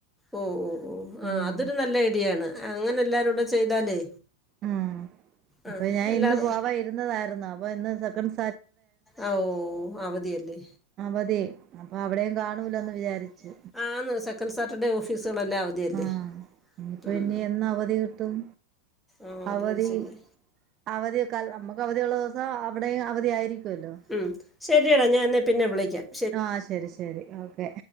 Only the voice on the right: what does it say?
ഉം
ഉം
അപ്പൊ ഞാൻ
ഇന്ന് പോവാ ഇരുന്നതായിരുന്ന അപ്പൊ ഇന്ന് സെക്കൻ്റ്
അവധി അപ്പൊ അവിടെയും കാണൂലന്ന്
വിചാരിച്ചു
ആഹ് ഇനിയിപ്പോ
എന്നവധി കിട്ടും
അവധി
അവധിയക്കാൾ നമ്മക്ക് അവധിയുള്ള ദിവസം അവിടെയും അവധിയായിരിക്കുവല്ലോ
ആഹ് ശരി ശരി ഓക്കെ